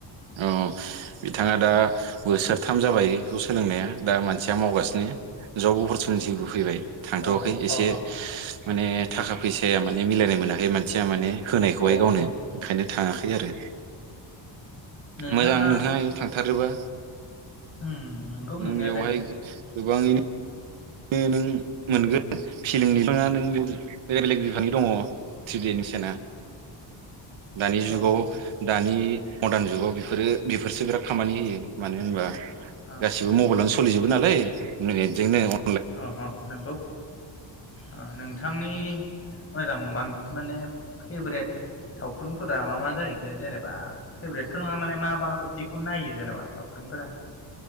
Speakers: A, on the right; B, on the left.
A: औ। बिथाङा दा बोसोरथाम जाबाय बेखौ सोलोंनाया दा मानसिया मावगासिनो जब अपरसुनिटिबो फैबाय। थांथ'वाखै
B: अ
A: एसे
B: ह ह
A: माने थाखा फैसाया माने मिलायनाय मोनाखै मानसिया माने होनायखौहाय
B: अ
A: गावनो
B: अ
A: ओंखायनो थाङाखै आरो
B: नोंथाङा
A: मोजां नोंथाङा थारोबा
B: उम नंगौ
A: नों
B: नोंनायालाय
A: बेयावहाय गोबाङैनो ओ नों मोनगोन फिलिमनि नङा नों बेलेग बेलेग बिफांनि दङ ट्रिडि शएमिसना। दानि जुगाव
B: औ औ
A: दानि। मडार्न जुगाव बेफोरो बेफोरसो बिराद खामानि होयो मानो होनबा
B: अ
A: गासिबो मबाइलावनो स सोलिजोबो नालाय मिनिटजोंनो अ
B: अ अ नंगौ ओ नं नोंथांनि मोजां बांसिन माने फेभारेट सावथुनफोरा मा मा जाहैखो जेनेबा फेभारेटथ' नङा माने मा माबायदिखौ नायो जेनेबा सावथुनफोरा?